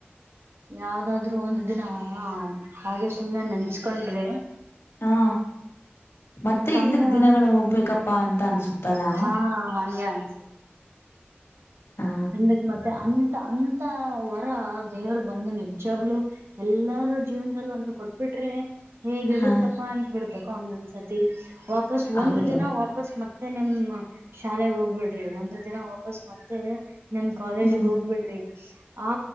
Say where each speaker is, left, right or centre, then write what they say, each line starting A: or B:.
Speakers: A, on the right; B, on the left.
A: ಯಾವ್ದಾದ್ರು ಒಂದ ದಿನ ಹಾಗೆ ಸುಮ್ನೆ ನೆಂಚ್ಕೊಂಡ್ರಿ
B: ಹಾ ಮತ್ತೆ
A: ಸಮಯ
B: ಹಿಂದಕ್ ದಿನಗಳು ಹೋಗ್ಬೇಕಪ್ಪಾ
A: ಹ್ಮ್
B: ಅಂತ
A: ಹ್ಮ
B: ಅನ್ಸುತ್ತಲ್ಲ
A: ಹಾ ಹಾಗೆ ಅನ್ಸ
B: ಹಾ
A: ಎಂದಕ್ ಮತ್ತೆ ಅ ಅಂತ ವರ ದೇವರು ಬಂದು ನಿಜಾಗ್ಲು ಎಲ್ಲಾರೂ ಜೀವನದಲ್ಲಿ ಒಂದು ಕೊಟ್ಬಿಟ್ಟ ಅೆ ಹೇಗಿರುತ್ತಪ್ಪಾ
B: ಹಾ
A: ಅನ್ತ್ಬಿಡ್ತಕ್ಕ ಒಂದೊಂದ್ಸರ್ತಿ ವಾಪಸ್
B: ಹೌದೌದು
A: ಒಂದ್ ದಿನ ವಾಪಸ್ ಮತ್ತ ಮತ್ತೆ ನಿಮ್ ಶಾಲೆೆಗೆ ಹೋಗ್ಬಿಡ್ರಿ ಒಂದು ದಿನ ವಾಪಸ್ ಮತ್ತೆ ನಮ್ ಕಾಲೇಜಗ್
B: ಹ್ಮ್
A: ಹೋಗ್ಬಿಡ್ರಿ ಆ